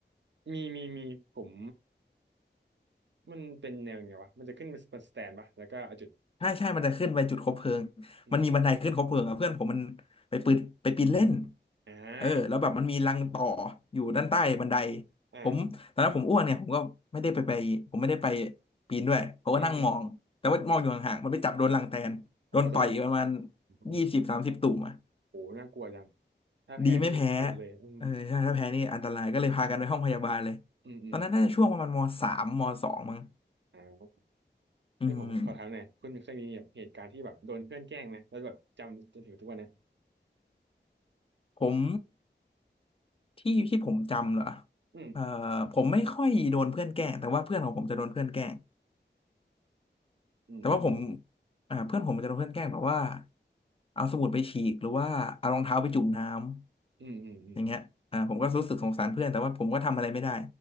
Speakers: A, on the right (about 70°); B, on the left (about 30°).
A: มีมีมีผมมันเป็นแนวไงวะมันจะขึ้นเป็นสแตนปะแล้วก็เอาจุด
B: ใช่ใช่มันจะขึ้นไปจุดคบเพลิง
A: อืมอม
B: มันมีบันไดขึ้นคบเพลิงอ่ะเพื่อนผมมันไปปืนไปปีนเล่น
A: อ่า
B: เออแล้วแบบมันมีรังต่ออยู่ด้านใต้บันได
A: อ่า
B: ผมตอนนั้นผมอ้วนเนี่ยผมก็ไม่ได้ไปไปผมไม่ได้ไปปีนด้วยผมก็นั่งมองแต่ว่ามองอยู่ห่างๆมันไปจับโดนรังแตนโดนต่อยประมาณ
A: อืมอืมอ๋อโดน <laughs> โ
B: ยี่สิบสามสิบตุ่มอ่ะ
A: อ้โหน่ากลัวจังถ้าแพ้นี่เสร็จเลยอืม
B: ดีไม่แพ้เออใช่ถ้าแพ้นี่อันตรายก็เลยพากันไปห้องพยาบาลเลย
A: อืมอืม
B: ตอนนั้นน่าจะช่วงประมาณมสามมสองมั้ง
A: อ่า
B: อืม
A: เอ้ยผมขอถามหน่อยคุณเคยมีแบบเหตุการณ์ที่แบบโดนเพื่อนแกล้งไหมแล้วแบบจำจนถึงทุกวันเนี้ย
B: ผม ที่ที่ผมจำเหรอ
A: อืม
B: เอ่อผมไม่ค่อยโดนเพื่อนแกล้งแต่ว่าเพื่อนของผมจะโดนเพื่อนแกล้ง
A: อืมอืมอืม
B: แต่ว่าผมอ่าเพื่อนผมจะโดนเพื่อนแกล้งแบบว่าเอาสมุดไปฉีกหรือว่าเอารองเท้าไปจุ่มน้ำ
A: อืมอืมอืม
B: อย่างเงี้ยอ่าผมก็รู้สึกสงสารเพื่อนแต่ว่าผมก็ทำอะไรไม่ได้